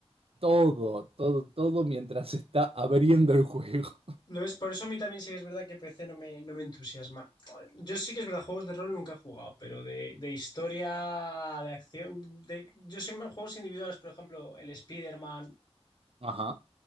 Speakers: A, on the right; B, on the left.
A: Todo, todo, todo mientras está abriendo el juego.
B: Lo es, por eso a mí también sí que es verdad que PC no me, no me entusiasma. Yo sí que es verdad, juegos de rol nunca he jugado, pero de, de historia, de acción, de, yo siempre juegos individuales, por ejemplo, el Spider-Man
A: Ajá,